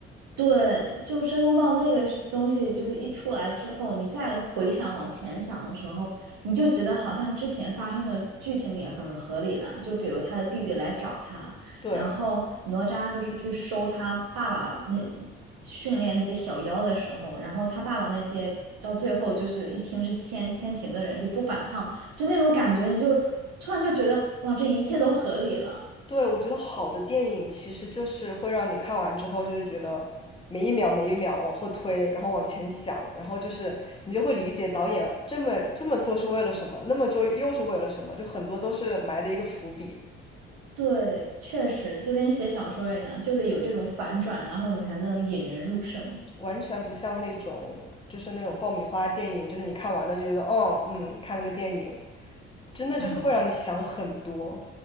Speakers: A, on the right; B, on the left.
A: 对，就申公豹那个是东西，就是一出来之后，你再回想往前想的时候，你就觉得好像之前发生的剧情也很合理了。就比如他的弟弟来找他，
B: 对，
A: 然后哪吒就是去收他爸爸那训练那些小妖的时候，然后他爸爸那些到最后就是一听是天天庭的人就不反抗，就那种感觉，你就突然就觉得哇，这一切都合理了。
B: 对，我觉得好的电影其实就是会让你看完之后，就是觉得每一秒每一秒往后推，然后往前想，然后就是你就会理解导演这么这么做是为了什么，那么做又是为了什么，就很多都是埋的一个伏笔，
A: 对，确实就跟写小说一样，就得有这种反转，然后你才能引人入胜。
B: 完全不像那种就是那种爆米花电影，就是你看完了就觉得哦，嗯，看了个电影，真的就是会让你想很多。
A: 啊，